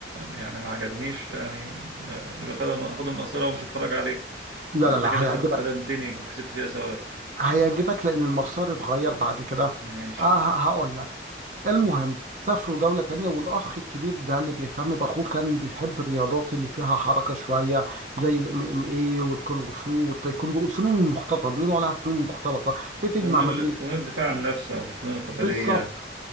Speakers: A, on the right; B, on the right.
A: يعني ما عجبنيش يعني آه، يبقى خد- اخد من قصيرة ومش هتفرج عليه
B: لا
A: يبقى
B: لا
A: انت
B: لا
A: كده
B: هيعجبك
A: خد- خدمتني وكسبت فيها ثواب
B: هيعجبك لان المسار اتغير بعد كده
A: ماشي
B: اه ه- هقول لك المهم سافروا دولة تانية والأخ الكبير ده اللي بيهتم بأخوه كان بيحب الرياضات اللي فيها حركة شوية زي الام ام اي والكونغ فو والتايكوندو الفنون المختلطة بيقولوا عليها فنون مختلطة بتجمع
A: فنون ال-
B: ما بين
A: فنون الدفاع عن النفس او الفنون القتالية
B: بالظبط